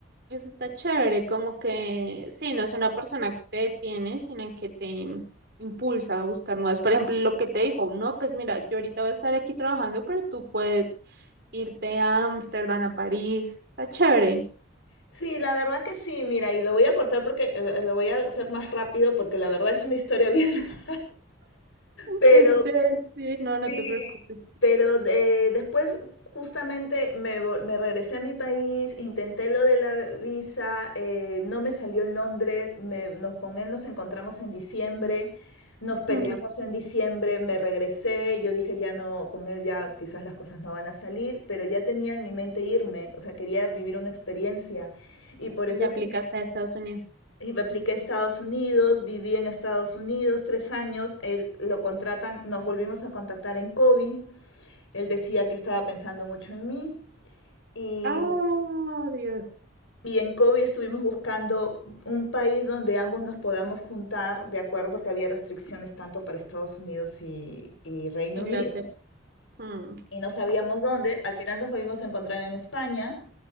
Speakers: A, on the right; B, on the left.
A: Eso está chévere, como que sí, no es una persona que te detiene, sino que te impulsa a buscar nuevas. Por ejemplo, lo que te dijo, no, pues mira, yo ahorita voy a estar aquí trabajando, pero tú puedes irte a Ámsterdam, a París. Está chévere.
B: Sí, la verdad que sí, mira, y lo voy a cortar porque eh, lo voy a hacer más rápido porque la verdad es una historia bien, <laughs> pero
A: Eso te iba a decir, no, no
B: sí,
A: te preocupes.
B: pero eh, después justamente me, vol- me regresé a mi país, intenté lo de la visa, eh, no me salió en Londres, me- nos, con él nos encontramos en diciembre, nos peleamos
A: Ujú.
B: en diciembre, me regresé, yo dije ya no, con él ya quizás las cosas no van a salir, pero ya tenía en mi mente irme, o sea, quería vivir una experiencia y por
A: Y
B: eso
A: ya
B: es
A: aplicaste
B: que me
A: a Estados Unidos.
B: y me apliqué a Estados Unidos, viví en Estados Unidos tres años, él lo contratan, nos volvimos a contactar en Kobe, él decía que estaba pensando mucho en mí y,
A: Ah, Dios.
B: y en Kobe estuvimos buscando un país donde ambos nos podamos juntar, de acuerdo, porque había restricciones tanto para Estados Unidos y, y Reino
A: Inglaterra.
B: Unido
A: Mm.
B: y no sabíamos dónde, al final nos volvimos a encontrar en España.